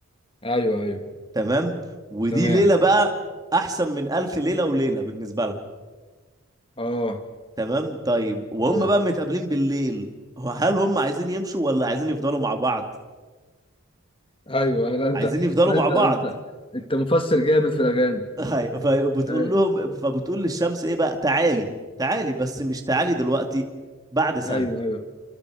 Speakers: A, on the left; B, on the right.
A: ايوه ايوه
B: تمام ودي
A: تمام
B: ليلة بقى أحسن من ألف ليلة وليلة بالنسبة لها
A: اه
B: تمام طيب وهم
A: ايوه
B: بقى متقابلين بالليل هو هل هم عايزين يمشوا ولا عايزين يفضلوا مع بعض؟
A: ايوه لا انت
B: عايزين يفضلوا
A: لا
B: مع
A: انت
B: بعض
A: انت انت مفسر جامد في الاغاني
B: <laughs> هاي فبتقول
A: ايوه
B: لهم فبتقول للشمس ايه بقى تعالي تعالي بس مش تعالي دلوقتي بعد سنة
A: ايوه ايوه